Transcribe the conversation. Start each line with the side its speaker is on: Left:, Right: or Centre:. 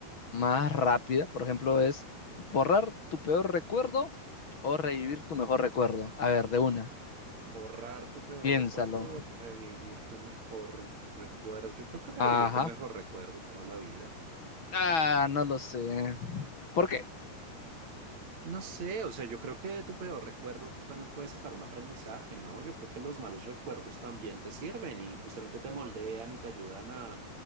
Left: más rápida. Por ejemplo, es borrar tu peor recuerdo o revivir tu mejor recuerdo. A ver, de una.
Right: Borrar tu peor
Left: Piénsalo.
Right: recuerdo, revivir tu mejor recuerdo. Yo creo que
Left: Ajá.
Right: revivir tu mejor recuerdo toda la vida.
Left: Ah, no lo sé. ¿Por qué?
Right: No sé, o sea, yo creo que de tu peor recuerdo tú también puedes sacar un aprendizaje, ¿no? Yo creo que los malos recuerdos también te sirven y justamente te moldean y te ayudan a,